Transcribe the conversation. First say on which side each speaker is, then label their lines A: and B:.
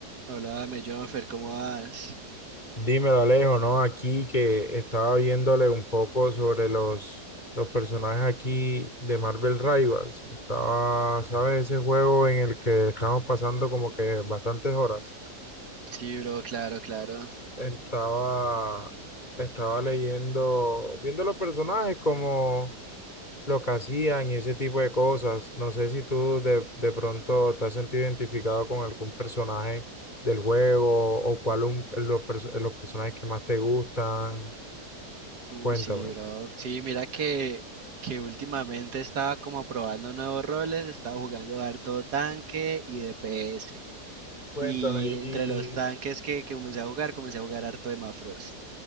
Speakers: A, on the right (about 75°); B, on the left (about 25°).
A: Háblame, Jonfer, ¿cómo vas?
B: Dímelo, Alejo, ¿no? Aquí que estaba viéndole un poco sobre los, los personajes aquí de Marvel Rivals. Estaba, ¿sabes? Ese juego en el que estamos pasando como que bastantes horas.
A: Sí, bro, claro, claro.
B: Estaba, estaba leyendo, viendo los personajes como lo que hacían y ese tipo de cosas. No sé si tú de, de pronto te has sentido identificado con algún personaje del juego o cuál un, los, perso- los personajes que más te gustan.
A: Uh,
B: Cuéntame.
A: sí, bro. Sí, mira que, que últimamente estaba como probando nuevos roles, estaba jugando harto tanque y DPS.
B: Cuéntame,
A: Y entre
B: y,
A: los tanques que, que comencé a jugar, comencé a jugar harto de Mafrost.